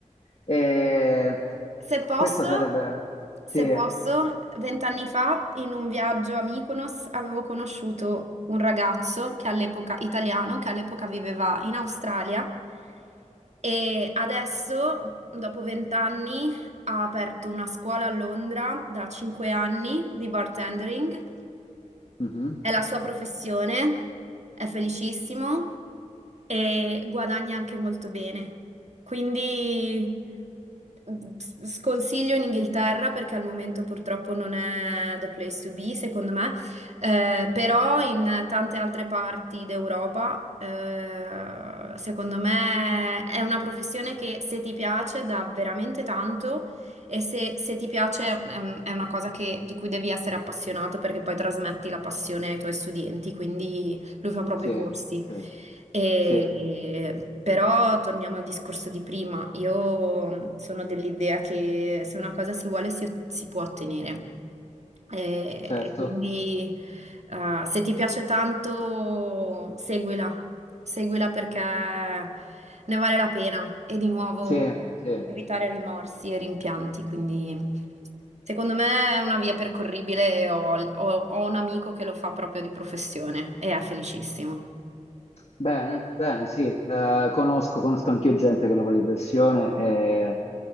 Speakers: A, on the left (about 55°); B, on the right (about 60°).
A: E
B: Se posso,
A: questa sarebbe...
B: se
A: Sì,
B: posso, vent'anni fa in un viaggio a Mykonos avevo conosciuto un ragazzo che all'epoca, italiano, che all'epoca viveva in Australia e adesso, dopo vent'anni, ha aperto una scuola a Londra da cinque anni di bartendering
A: mhm,
B: è la sua professione, è felicissimo e guadagna anche molto bene. Quindi mm, s- sconsiglio in Inghilterra perché al momento purtroppo non è the place to be, secondo me, Eh, però in tante altre parti d'Europa, eh, secondo me è una professione che se ti piace dà veramente tanto e se, se ti piace è un- è una cosa che- di cui devi essere appassionato perché poi trasmetti la passione ai tuoi studenti, quindi lui fa proprio
A: sì,
B: i corsi.
A: sì,
B: E-
A: sì,
B: però torniamo al discorso di prima, io mm, sono dell'idea che se una cosa si vuole si, si può ottenere. E,
A: certo,
B: e quindi eh, se ti piace tanto, seguila, seguila perché ne vale la pena. E di nuovo
A: sì, sì.
B: evitare rimorsi e rimpianti, quindi secondo me è una via percorribile. Ho, ho- ho un amico che lo fa proprio di professione e è felicissimo.
A: Bene, bene, sì, Eh, conosco, conosco anch'io gente che lo fa di pressione e